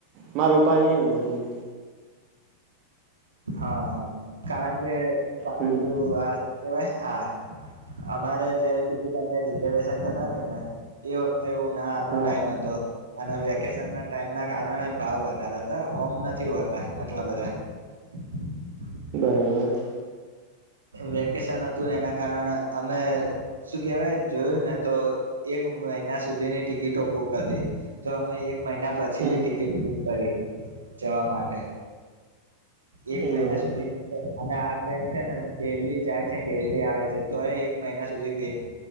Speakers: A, on the right; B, on the right.
A: મારા પપ્પાની એ ને બચી
B: હા હા કારણ કે પાપું
A: હમ
B: કેવાય હા. અમારે જયારે ટિકિટ અમે રિઝર્વેશન કરાવી એ વખતે એવું નાનો
A: હા
B: ટાઈમ હતો. અને વેકેશન ના ટાઈમ ના કારણે ભાવ વધારા હતા ઓમ નથી હોતા આટલા બધા <unintelligible>
A: બરાબર.
B: વેકેશન હતું એના કારણે અમે શું કેહેવાય જોયું ને તો એક મહિના સુધીની ટિકિટો બુક હતી, તો અમે એક મહિના પછીલી
A: હમ
B: ટિકિટ બુક કરી જવા માટે એક
A: એવું
B: મહિના
A: એમ.
B: સુધી તો અને આ ટ્રેન છે ને ડેલી જાય છેન ડેલી આવે છે તો એ એક મહિના સુધી વેટ